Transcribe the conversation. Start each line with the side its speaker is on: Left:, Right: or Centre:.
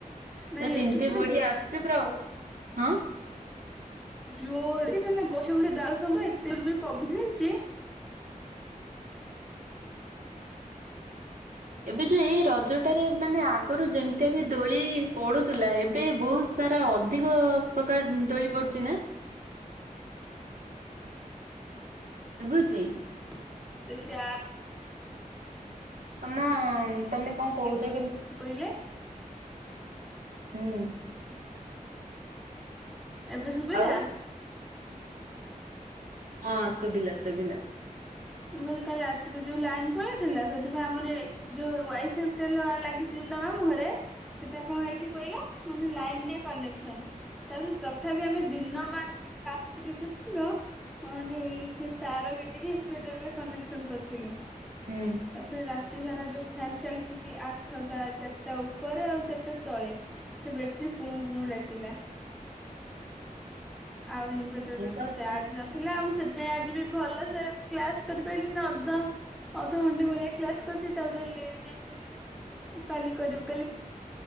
Right: ପୁରା
Centre: ନାଇଁ ଏଠି
Right: ତିନ୍ତି
Centre: ପୁରା
Right: ବୁଡି ଆସିଚୁ ପୁରା ଆଉ ହାଁ?
Centre: ଯୋରେ <unintelligible>
Right: ଏବେ ଯୋଉ ଏଇ ରଜଟା ରେ ମାନେ ଆଗରୁ ଯେମିତିଆ ବି ଦୋଳି ପଡୁତୁଲା ଏବେ ବହୁତ୍ ତାରା ଅଧିକ ପ୍ରକାର ଦୋଳି ପଡୁଚି ନା? ଶୁବୁଚି?
Centre: <unintelligible>
Right: ତମ ତମେ କଁ କହୁଚ କିସ୍
Centre: ସୋଇଲେ?
Right: ହୁଁ।
Centre: ଏବେ ଶୁବିଲା?
Right: ଆଉ ହଁ ଶୁଭିଲା ଶୁଭିଲା।
Centre: ମୁଁ କହିଲି କାଲି ରାତିରେ ଯୋଉ ଲାଇନ୍ ପଳେଇ ଥିଲା ସେଥିପାଇଁ ଆମର ଏ ଯୋଉ ୱାଇ ଫାଇପ୍ ଟା ଲା ଲାଗିଚି ଯୋଉଟା ମାମୁଁ ଘରେ ସେଟା
Right: ହୁଁ
Centre: କଁ ହେଇଚି କଇଲ? ମାନେ ଲାଇନ୍ ଲେ କନେକ୍ସନ। ତା ପରେ ତଥାପି ଆମେ ଦିନ ମାନ୍ ମାନେ ରାତିରେ ଯୋଉ ଥିବ ହଁ ଯୋଉ ଇ ସେ ତାର ଗେଞ୍ଜିକି ଇନଭେଟର ରେ କନେକ୍ସନ କରିଥିଲୁ।
Right: ଉୁଁ।
Centre: ତା ପରେ ରାତି ସାରା ଯୋଉ ଫ୍ୟାନ ଚାଲିଚି ଆଠ ଟା, ଚାଟା ଉପରେ ଆଉ ଚାଟା ତଳେ। ସେ ବେଟରୀ କୁଁ କୁଁ ଡାକିଲା। ଆଉ ଇନଭେଟର
Right: ମୁଁ
Centre: ରେ
Right: ବା
Centre: ତ ଚାର୍ଜ
Right: ସେ
Centre: ନ ଥିଲା ଆଉ ସେଥିପାଇଁ ଆଜି ବି ଭଲସେ କ୍ଲାସ କରି ପାଇଲିନି ଅଧ ଅଧ ଘଣ୍ଟେ ଭଳିଆ କ୍ଲାସ କରିଚି ତା ପରେ ଲିଭ୍ ହେଇଗଲି ଆଉ <unintelligible> କାଲି କରିବି କାଲି